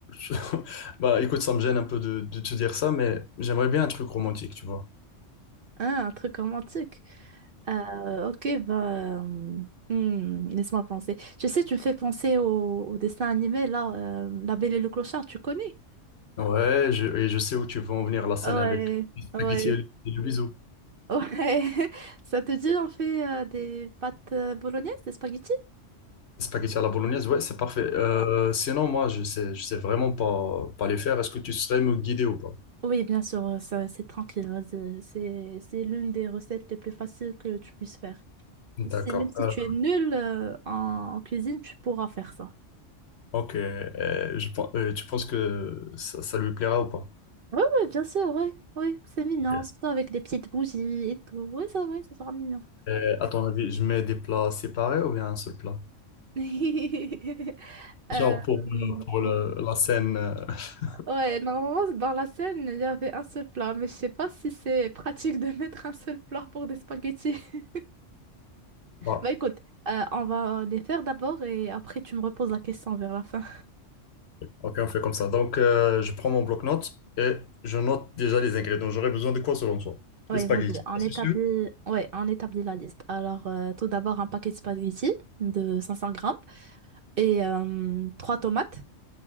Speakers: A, on the left; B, on the right.
A: <laughs> Bah, écoute, ça me gêne un peu de, de te dire ça, mais j'aimerais bien un truc romantique, tu vois.
B: Hein, un truc romantique. Euh, ok, bah, hmm, laisse-moi penser. Tu sais, tu me fais penser au, au dessin animé là, euh, La Belle et le Clochard. Tu connais?
A: Ouais, je, et je sais où tu veux en venir, la scène
B: Ouais,
A: avec les spaghettis
B: ouais,
A: et le, et le bisou.
B: ouais. <laughs> Ça te dit on fait euh, des pâtes euh, bolognaises, des spaghettis?
A: Les spaghettis à la bolognaise, ouais, c'est parfait. Euh, sinon, moi, je sais, je sais vraiment pas, pas les faire. Est-ce que tu serais me guider ou pas?
B: Oui, bien sûr, euh, ça, c'est tranquille. vas-y. C'est, c'est l'une des recettes les plus faciles que tu puisses faire.
A: D'accord.
B: C'est même si
A: Euh,
B: tu es nul euh, en, en cuisine, tu pourras faire ça.
A: ok, euh, je, pen- euh, tu penses que ça, ça lui plaira ou pas?
B: Oui, oui, bien sûr, oui, oui, c'est mignon,
A: Ok.
B: surtout avec des petites bougies et tout. Oui, ça, oui, ça sera mignon.
A: Euh, à ton avis, je mets des plats séparés ou bien un seul plat?
B: <laughs> Euh,
A: Genre pour, euh,
B: hum,
A: pour le- la scène. euh, <laughs>
B: ouais, normalement, dans la scène, il y avait un seul plat, mais je sais pas si c'est pratique de mettre un seul plat pour des spaghettis. <laughs>
A: bah,
B: Bah écoute, euh, on va les faire d'abord et après tu me reposes la question vers la fin.
A: Ok, on fait comme ça. Donc, euh, je prends mon bloc-notes et je note déjà les ingrédients. J'aurais besoin de quoi selon toi?
B: Oui,
A: Les spaghettis,
B: vas-y, on
A: ça,
B: établit...
A: c'est sûr.
B: ouais, on établit la liste. Alors, euh, tout d'abord, un paquet de spaghettis de 500 grammes et euh, trois tomates.